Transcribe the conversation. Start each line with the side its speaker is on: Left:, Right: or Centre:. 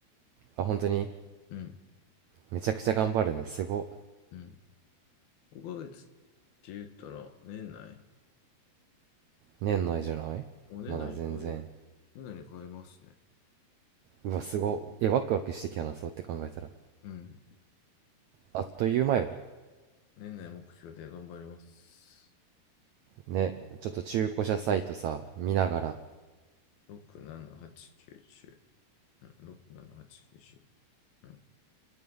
Right: あ本当に
Left: うん。
Right: めちゃくちゃ頑張るねすご
Left: うん。5ヶ月って言ったら、年内
Right: 年内じゃないまだ全然
Left: お、年内に超えるやん。年内に超えますね。
Right: うわすごいワクワクしてきたなそうって考えたら
Left: うん。
Right: あっという間よ
Left: 年内目標で頑張ります。
Right: ねちょっと中古車サイトさ見ながら
Left: 6、7、8、9、10。うん、6、7、8、9、10。うん。